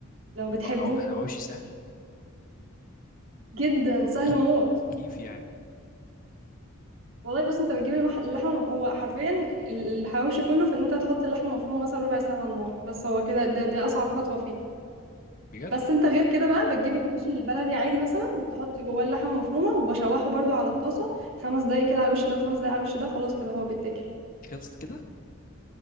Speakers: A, on the right; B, on the left.
A: لو بتحبه
B: أو حوا- حواوشي سهل
A: جدا سهل
B: كي
A: موت
B: كيف يعني
A: والله بص انت بتجيب المح... اللحمه مف... هو حرفيا الحواوشي كله في ان انت تحط اللحمه مفرومه مثلا ربع ساعه على النار بس هو كده ده, ده اصعب خطوه فيه
B: بجد
A: بس انت غير كده بقى بتجيب العيش البلدي عادي مثلا تحط جواه اللحمه مفرومه وبشوحه برضو على الطاسه خمس دقايق كده على الوش ده وخمس دقايق على الوش ده خلاص كده هو بيتاكل
B: خلصت كده